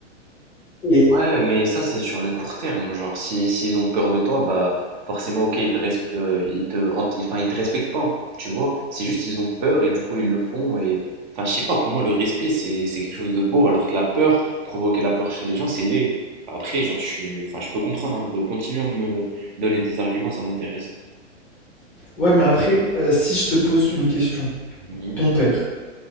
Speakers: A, in the centre; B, on the right.
A: Et
B: Ouais, mais ça, c'est sur le court terme. Genre, si, s'ils ont peur de toi, bah, forcément, ok, ils te, resp- euh, ils te, hant- enfin, ils te respectent pas, tu vois. C'est juste, ils ont peur et du coup, ils le font. Et, enfin, je sais pas, pour moi, le respect, c'est, c'est quelque chose de beau, alors que la peur, provoquer la peur chez les gens, c'est laid. Après, genre, je suis, enfin, je peux comprendre un peu. Continue à me donner tes arguments, ça m'intéresse.
A: Ouais, mais après, heu, si je te pose une question,
B: Mhm.
A: ton père,